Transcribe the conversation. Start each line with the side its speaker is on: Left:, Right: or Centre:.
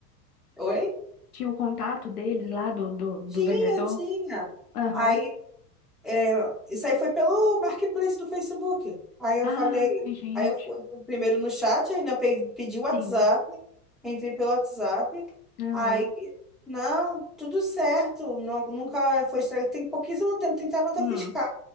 Centre: Oi?
Left: Tinha o contato deles lá do, do, do
Centre: Tinha,
Left: vendedor?
Centre: tinha.
Left: Aham.
Centre: Aí, é, isso aí foi pelo Marketplace do Facebook. Aí eu
Left: Ah,
Centre: falei,
Left: ai, gente.
Centre: aí eu fui primeiro no chat, aí ainda pe- pedi o WhatsApp,
Left: Sim.
Centre: entrei pelo WhatsApp.
Left: Aham.
Centre: Aí, não, tudo certo, não, nunca foi estragado. Tem pouquíssimo tempo, tem que ter a nota
Left: Hum.
Centre: fiscal.